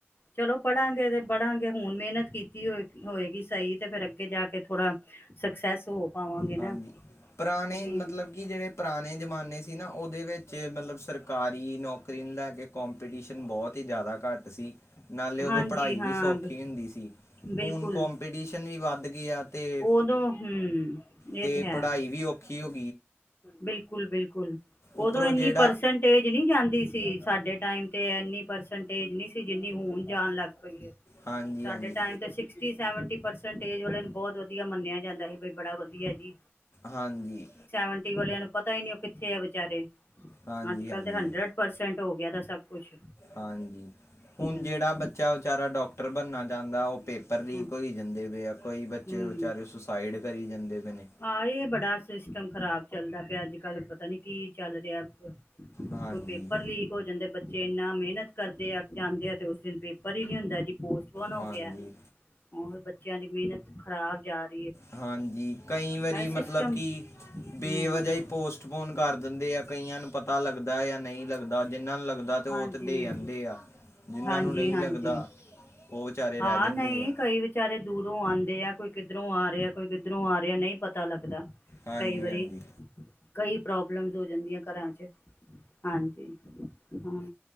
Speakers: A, on the left (about 50°); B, on the left (about 80°).
A: ਚਲੋ ਪੜਾਂਗੇ ਤੇ ਪੜਾਂਗੇ ਹੁਣ ਮਿਹਨਤ ਕੀਤੀ ਹੋ ਹੋਏਗੀ ਸਹੀ ਤੇ ਫਿਰ ਅੱਗੇ ਜਾ ਕੇ ਥੋੜਾ ਸਕਸੈਸ ਹੋ ਪਾਵਾਂਗੇ ਨਾ
B: ਹਾਂਜੀ ਪੁਰਾਣੇ
A: ਇਹੀ
B: ਮਤਲਬ
A: ਹੈ।
B: ਕਿ ਜਿਹੜੇ ਪੁਰਾਣੇ ਜਮਾਨੇ ਸੀ ਨਾ ਉਹਦੇ ਵਿੱਚ ਮਤਲਬ ਸਰਕਾਰੀ ਨੌਕਰੀ ਨੂੰ ਲੈ ਕੇ ਕੋਂਪੀਟੀਸ਼ਨ ਬਹੁਤ ਹੀ ਜ਼ਿਆਦਾ ਘੱਟ ਸੀ ਨਾਲੇ ਉਦੋਂ
A: ਹਾਂਜੀ
B: ਪੜ੍ਹਾਈ ਵੀ
A: ਹਾਂ
B: ਸੌਖੀ
A: ਬ-
B: ਹੁੰਦੀ ਸੀ
A: ਬਿਲਕੁਲ
B: ਹੁਣ ਕੋਂਪੀਟੀਸ਼ਨ ਵੀ ਵੱਧ ਗਿਆ ਤੇ
A: ਉਦੋਂ ਹਮ ਇਹ
B: ਤੇ
A: ਹੈ
B: ਪੜ੍ਹਾਈ ਵੀ ਔਖੀ ਹੋਈ
A: ਬਿਲਕੁਲ। ਬਿਲਕੁਲ।
B: ਉੱਪਰੋਂ
A: ਉਦੋਂ ਇੰਨੀ
B: ਜਿਹੜਾ
A: ਪਰਸੈਂਟੇਜ ਨਹੀਂ ਜਾਂਦੀ ਸੀ ਸਾਡੇ ਟਾਈਮ ਤੇ ਇੰਨੀ ਪਰਸੈਂਟੇਜ ਨਹੀਂ ਸੀ ਜਿੰਨੀ ਹੋਣ ਜਾਣ ਲੱਗ ਪਈ ਹੈ।
B: ਹਾਂਜੀ
A: ਸਾਡੇ
B: ਹਾਂਜੀ
A: ਟਾਈਮ ਤੇ ਸ ਸ ਨੂੰ ਬਹੁਤ ਵਧੀਆ ਮੰਨਿਆ ਜਾਂਦਾ ਸੀ ਬ ਬੜਾ ਵਧੀਆ ਜੀ‌।
B: ਹਾਂਜੀ।
A: ਆੰਟੀ ਵਾਲਿਆਂ ਨੂੰ ਪਤਾ ਹੀ ਨੀ ਉਹ ਕਿੱਥੇ ਆ ਵਿਚਾਰੇ
B: ਹਾਂਜੀ
A: ਅੱਜ ਕਲ
B: ਹਾਂਜੀ
A: ਤੇ ਹੰਡਰਡ ਪਰਸੈਂਟ ਹੋ ਗਿਆ। ਦ ਸਭ ਕੁਛ
B: ਹਾਂਜੀ ਹੁਣ
A: ਹਮ ਹਾਂ,
B: ਜਿਹੜਾ ਬੱਚਾ ਵਿਚਾਰਾ ਡਾਕਟਰ ਬਣਨਾ ਚਾਹੁੰਦਾ ਉਹ ਪੇਪਰ ਲੀਕ
A: ਹਾਂ,
B: ਹੋਈ ਜਾਂਦੇ ਵ ਕੋਈ ਬੱਚੇ
A: ਹਮ
B: ਵਿਚਾਰੇ ਸੁਸਾਈਡ ਕਰੀ ਜਾਂਦੇ ਪਏ ਨੇ
A: ਆਹ ਇਹ ਬੜਾ ਸਿਸਟਮ ਖਰਾਬ ਚੱਲਦਾ ਪਿਆ ਅੱਜ ਕੱਲ ਪਤਾ ਨੀ ਕੀ ਚੱਲ ਰਿਹਾ।
B: ਹਾਂਜੀ
A: ਕੋਈ ਪੇਪਰ ਲੀਕ ਹੋ ਜਾਂਦੇ ਬੱਚੇ ਇੰਨਾ ਮਿਹਨਤ ਕਰਦੇ ਆ ਜਾਂਦੇ ਆ ਤੇ ਉਸ ਦਿਨ ਪੇਪਰ ਹੀ ਨੀ ਹੁੰਦਾ ਜੀ ਪੋਸਟਬੋਨ ਹੋ
B: ਹਾਂਜੀ
A: ਗਿਆ ਉਹ ੱਚਿਆਂ ਦੀ ਮਿਹਨਤ ਖ਼ਰਾਬ ਯਾਦ
B: ਹਾਂਜੀ ਕਈ ਵਾਰੀ ਮਤਲਬ
A: ਸਿਸਟਮ
B: ਕਿ
A: ਹਮ
B: ਬੇਵਜਹੀ ਪੋਸਟਪੋਨ ਕਰ ਦਿੰਦੇ ਆ ਕਈਆਂ ਨੂੰ ਪਤਾ ਲੱਗਦਾ ਜਾਂ ਨਹੀਂ ਲੱਗਦਾ ਜਿਹਨਾਂ ਨੂੰ ਲੱਗਦਾ। <unintelligible>
A: ਹਾਂਜੀ ਹਾਂਜੀ
B: ਨੂੰ ਨਹੀਂ
A: ਹਾਂਜੀ
B: ਲੱਗਦਾ ਉਹ ਵਿਚਾਰੇ
A: ਹਾਂ
B: ਰਹਿ ਜਾਂਦੇ
A: ਨਹੀਂ
B: ਆ
A: ਕਈ ਵਿਚਾਰੇ ਦੂਰੋਂ ਆਉਂਦੇ ਆ ਕੋਈ ਕਿੱਧਰੋਂ ਆ ਰਹਾ, ਕਿੱਧਰੋਂ ਆ ਰਿਹਾ ਨਹੀਂ ਪਤਾ ਲੱਗਦਾ
B: ਹਾਂਜੀ
A: ਕਈ ਵਾਰੀ
B: ਹਾਂਜੀ
A: ਕਈ ਪ੍ਰੋਬਲਮਸ ਹੋ ਜਾਂਦੀਆਂ ਘਰਾਂ 'ਚ ਹਾਂਜੀ ਹਾਂ